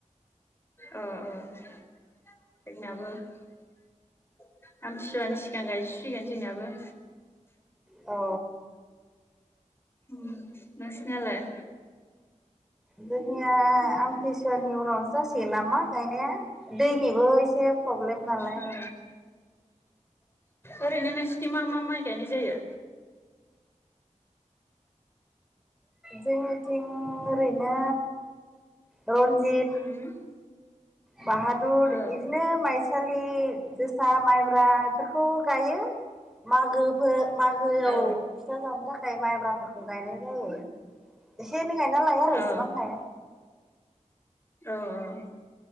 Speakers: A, on the left (about 20°); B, in the centre.
A: अह अह। जोंनाबो आमथिसुवानि सिगां गायजोब सिगोन जोंनाबो।
B: ओ
A: उम नोंसिनियालाय
B: जोंनिया आमथिसुवानि उनावसो जासिगोन नामा गायनाया दैनिबो एसे प्रब्लेम नालाय
A: औ ओरैनो नोंसिनिथिं मा मा माइ गायनाय जायो?
B: जोंनिथिं ओरैनो रनजित
A: उम
B: बाहादुर
A: औ
B: इदिनो माइसालि जोसा माइब्रा फोरखौ गायो मागोफोर मागोआव
A: औ
B: फिथा जानोबा थाखा खाय माइब्राफोरखौ गायनाय जायो एसे एनै गायना लायो आरो
A: औ
B: इसिबां गाया
A: औ औ